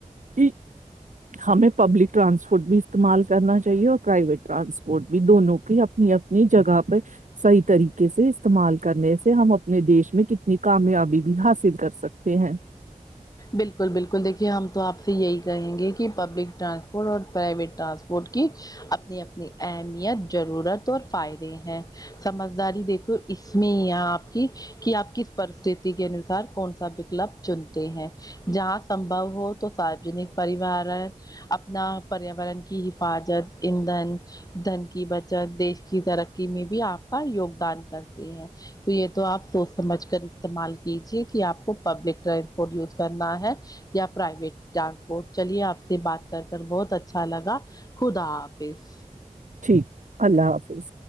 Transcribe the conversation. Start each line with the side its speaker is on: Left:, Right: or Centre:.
Right: ایک ہمیں پبلک ٹرانسپورٹ بھی استعمال کرنا چاہیے اور پرائیویٹ ٹرانسپورٹ بھی دونوں کی اپنی اپنی جگہ پہ صحیح طریقے سے استعمال کرنے سے ہم اپنے دیش میں کتنی کامیابی بھی حاصل کر سکتے ہیں
Left: بالکل بالکل دیکھیے ہم تو آپ سے یہی کہیں گے کہ پبلک ٹرانسپورٹ اور پرائیویٹ ٹرانسپورٹ کی اپنی اپنی اہمیت ضرورت اور فائدے ہیں سمجھداری دیکھو اس میں آپ کی کہ آپ کس پرستتی کے انوسار کون سا وکلپ چنتے ہیں جہاں سمبو ہو تو ساروجنک پریوارن اپنا پریاورن کی حفاظت ایندھن دھن کی بچت دیش کی ترقی میں بھی آپ کا یوگدان کرتے ہیں تو یہ تو آپ سوچ سمجھ کر استعمال کیجے کہ آپ کو پبلک ٹرانسپورٹ یوز کرنا ہے یا پرائیویٹ ٹرانسپورٹ چلیے آپ سے بات کر کر بہت اچھا لگا خدا حافظ
Right: ٹھیک اللہ حافظ